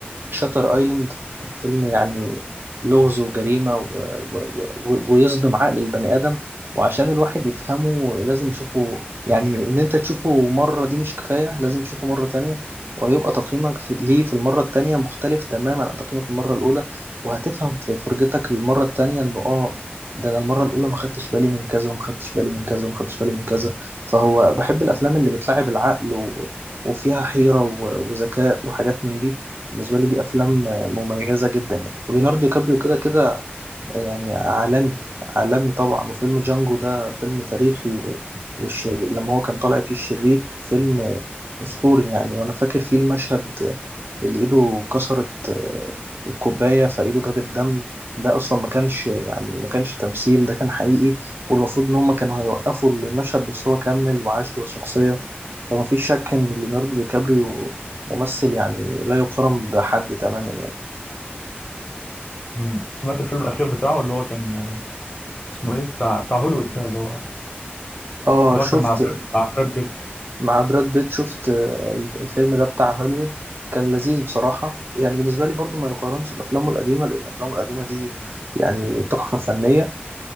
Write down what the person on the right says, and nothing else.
شاتر أيلاند فيلم يعني لغز وجريمة و... و... و... ويصدم عقل البني آدم وعشان الواحد يفهمه لازم يشوفه يعني إن أنت تشوفه مرة دي مش كفاية لازم تشوفه مرة تانية وهيبقى تقييمك في... ليه في المرة التانية مختلف تماما عن تقييمك المرة الأولى وهتفهم في فرجتك المرة التانية إنه آه ده انا المره الاولى ما خدتش بالي من كذا وما خدتش بالي من كذا وما خدتش بالي من كذا فهو بحب الافلام اللي بتلعب العقل و... وفيها حيره و... وذكاء وحاجات من دي بالنسبه لي دي افلام مميزه جدا يعني وليوناردو كابريو كده كده يعني عالمي عالمي طبعا وفيلم جانجو ده فيلم تاريخي و... والشر... لما هو كان طالع فيه الشرير فيلم أسطوري يعني وأنا فاكر فيه المشهد اللي إيده كسرت آه، الكوباية فإيده جابت دم ده أصلا ما كانش يعني ما كانش تمثيل ده كان حقيقي والمفروض إن هما كانوا هيوقفوا المشهد بس هو كمل وعاش جوه الشخصية فما فيش شك إن ليوناردو دي كابريو ممثل يعني لا يقارن بحد تماما يعني
اه
شفت
مع براد بيت شفت آه، الفيلم ده بتاع هوليوود كان لذيذ بصراحة يعني بالنسبة لي برضو ما يقارنش بأفلامه القديمة لأن أفلامه القديمة دي يعني تحفة فنية